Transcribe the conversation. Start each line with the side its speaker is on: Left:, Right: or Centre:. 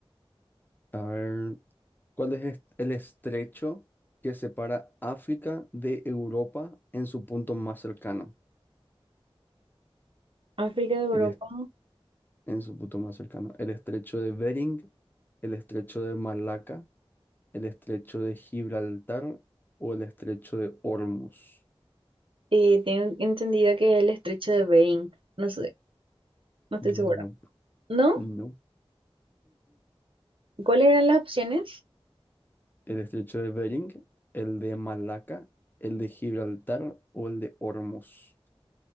Left: A ver, ¿cuál es est- el estrecho que separa África de Europa en su punto más cercano?
Right: África, Europa.
Left: El est- en su punto más cercano. El estrecho de Bering, el estrecho de Malaca, el estrecho de Gibraltar o el estrecho de Hormuz.
Right: Eh, tengo entendido que es el estrecho de Bering, no sé, no estoy
Left: No,
Right: segura. ¿No?
Left: no.
Right: ¿Cuáles eran las opciones?
Left: el estrecho de Bering, el de Malaca, el de Gibraltar o el de Hormuz.